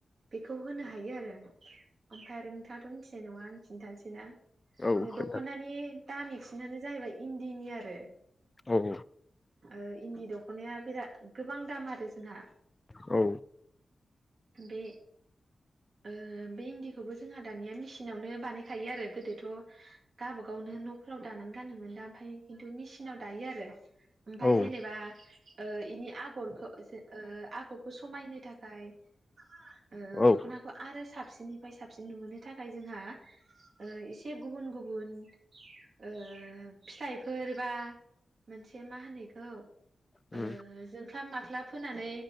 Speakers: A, on the right; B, on the left.
A: बेखौ होनो हायो आरो। ओमफ्राय आरो नोंथाङाथ' मिथिनाय नङा आंनो खिन्थानोसैना?
B: औ
A: ओ
B: खोन्था
A: दख'नानि दामि खुनानो जाहैबाय इन्दिनि आरो।
B: औ ‌।
A: ओ इन्दि दख'नाया बिराद गोबां दाम आरो जोंहा।
B: औ।
A: बे ओ बे इन्दि खु खौबो जोंहा दानिया मेसिनावनो बानायखायो आरो गोदोथ' गावबागावनो न'फोराव दानानै गानोमोन दा ओमफाय खिन्थु मेसिनाव दायो आरो। ओमफाय
B: औ
A: जेनेबा ओ इनि आगरखो ओ आगरखौ समायनो थाखाय ओ
B: औ
A: दख'नाखौ आरो साबसिननि फाय साबसिन नुहोनो थाखाय जोंहा ओ एसे गुबुन गुबुन ओ फिथाइफोर बा मोनसे मा होनो इखौ
B: उम
A: ओ जोंख्लाब मा ख्लाब होनानै